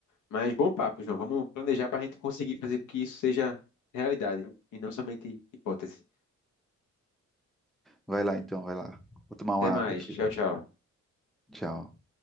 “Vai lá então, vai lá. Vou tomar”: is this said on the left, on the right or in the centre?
Centre